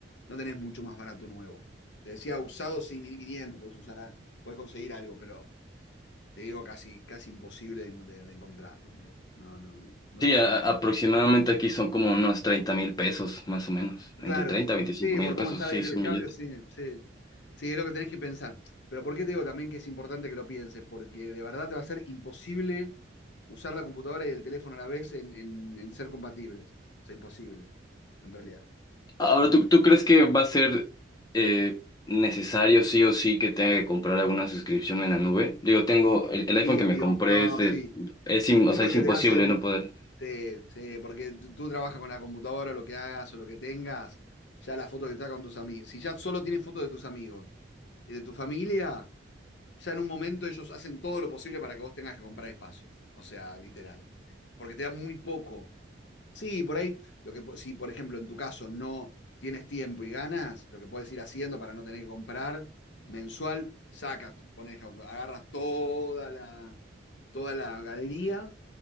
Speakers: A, on the left; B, on the left.
A: no tenés mucho más barato nuevo. Te decía usado, sí, 1.500 puedes usar, puedes conseguir algo, pero te digo, casi, casi imposible de, de- de encontrarlo, amigo. No, no, no, no
B: Sí,
A: te va.
B: a- a- aproximadamente aquí son como unos 30 mil pesos, más o menos.
A: Claro,
B: Entre 30 a 25
A: sí,
B: mil
A: por cómo
B: pesos,
A: está
B: sí,
A: ahí
B: es
A: que le
B: un
A: cambio,
B: billete.
A: sí, sí. Sí, es lo que tenés que pensar. Pero ¿por qué te digo también que es importante que lo pienses? Porque de verdad te va a ser imposible usar la computadora y el teléfono a la vez en, en- en ser compatibles. O sea, imposible, en realidad.
B: Ahora, ¿tú, tú crees que va a ser eh, necesario sí o sí que tenga que comprar alguna suscripción en la nube? Digo, tengo el, el iPhone
A: Sí,
B: que
A: amigo,
B: me compré,
A: no,
B: es de...
A: sí.
B: Es, im-
A: Sí,
B: o sea,
A: porque
B: es imposible
A: te hacen.
B: no poder.
A: Sí, sí, porque tú, tú trabajas con la computadora, lo que hagas o lo que tengas, ya la foto que estás con tus amigos. Si ya solo tienes fotos de tus amigos y de tu familia, ya en un momento ellos hacen todo lo posible para que vos tengas que comprar espacio. O sea, literal. Porque te dan muy poco. Sí, por ahí, lo que, si por ejemplo en tu caso no tienes tiempo y ganas, lo que puedes ir haciendo para no tener que comprar mensual, sacas, pones, agarras toda la, toda la galería,